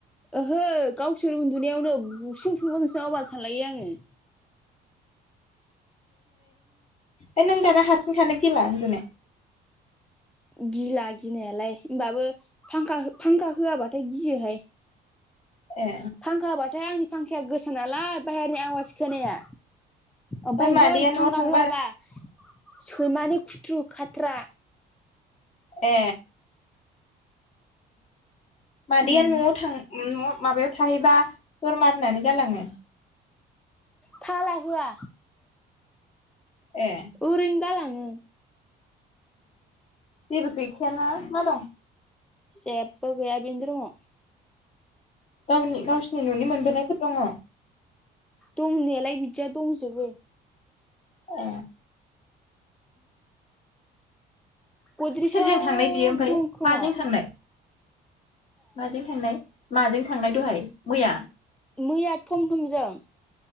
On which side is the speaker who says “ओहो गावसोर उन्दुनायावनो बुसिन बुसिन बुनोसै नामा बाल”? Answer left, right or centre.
Centre